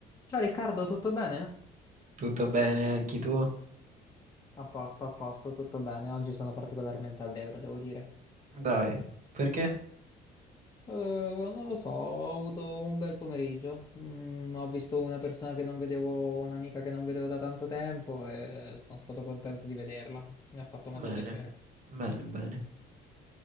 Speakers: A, on the left (about 20°); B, on the right (about 45°).
A: Ciao Riccardo, tutto bene?
B: Tutto bene anche tu?
A: A posto, a posto, tutto bene. Oggi sono particolarmente allegro, devo dire.
B: Dai, perché?
A: Eh, non lo so, ho avuto un bel pomeriggio. Mm, ho visto una persona che non vedevo, un'amica che non vedevo da tanto tempo e sono stato contento di vederla. Mi ha fatto molto
B: Bene,
A: piacere.
B: bene, bene.